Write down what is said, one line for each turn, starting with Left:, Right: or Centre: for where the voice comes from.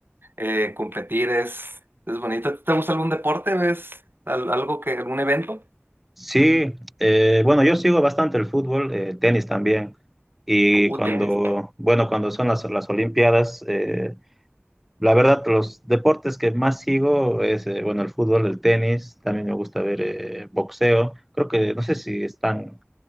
Right: eh, competir es, es bonito. ¿Te gusta algún deporte? ¿Ves al- algo que, algún evento?
Centre: Sí, eh, bueno, yo sigo bastante el fútbol, eh, tenis también. Y
Right: Uh,
Centre: cuando,
Right: tenis.
Centre: bueno, cuando son las, las Olimpiadas, eh, la verdad, los deportes que más sigo es, eh, bueno, el fútbol, el tenis, también me gusta ver eh, boxeo. Creo que, no sé si están